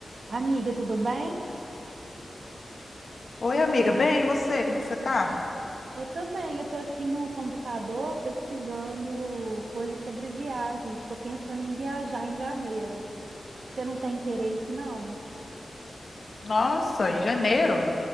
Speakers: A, on the right; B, on the left.
A: Amiga, tudo bem?
B: Oi, amiga. Bem, e você? Como é que você tá?
A: Eu também. Eu tô aqui no computador pesquisando coisas sobre viagens. Estou pensando em viajar em janeiro. Você não tem interesse, não?
B: Nossa, em janeiro,